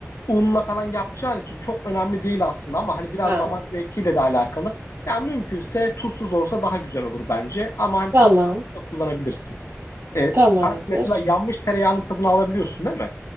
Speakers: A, on the left (about 85°); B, on the right (about 55°).
A: unla falan yapacağın için çok önemli değil aslında ama hani biraz
B: Ha.
A: damak zevkiyle de alakalı. Ya mümkünse tuzsuz olursa daha güzel olur bence ama hani
B: Tamam.
A: tuzlu da kullanabilirsin. E, sen
B: Tamamdır.
A: mesela yanmış tereyağının tadını alabiliyorsun değil mi?